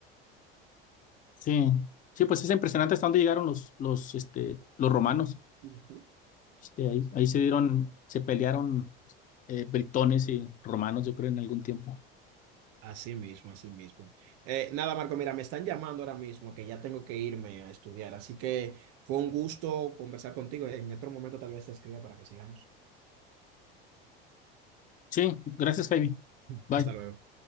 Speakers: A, on the left (about 30°); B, on the right (about 55°).
A: sí. Sí, pues es impresionante hasta dónde llegaron los, los, este, los romanos.
B: Ujú.
A: Este, ahí, ahí se dieron, se pelearon eh, britones y romanos, yo creo, en algún tiempo.
B: Así mismo, así mismo. Eh, nada, Marco, mira, me están llamando ahora mismo que ya tengo que irme a estudiar, así que fue un gusto conversar contigo. En otro momento tal vez te escriba para que sigamos.
A: Sí, gracias, Javi. Bye.
B: Hasta luego.